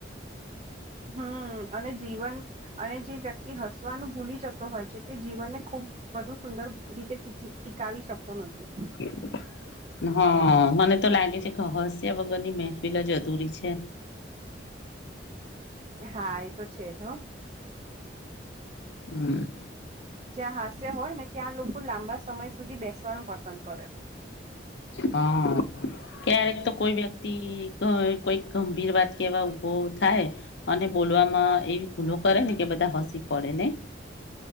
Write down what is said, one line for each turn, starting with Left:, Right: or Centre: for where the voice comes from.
Right: હમમ અને જીવન અને જે વ્યક્તિ હસવાનું ભૂલી જતો હોય છે તે જીવનને ખૂબ સુંદર રીતે બી ટીકવી શકતો નથી
Left: <inaudible> હા મને તો લાગે છે કે હાસ્ય વગરની મહેફિલ જ અધુરી છે
Right: હા એ તો છે જ હ <inaudible>
Left: હમ
Right: જ્યાં હાસ્ય હોય ને ત્યાં લોકો લાંબા સમય સુધી બેસવાનું પસંદ કરે
Left: હા ક્યારેક તો કોઈ વ્યક્તિ કોઈક ગંભીર વાત કેવા ઊભો થાય અને બોલવામાં એવી ભૂલો કરે ને કે બધા હસી પડે નઈ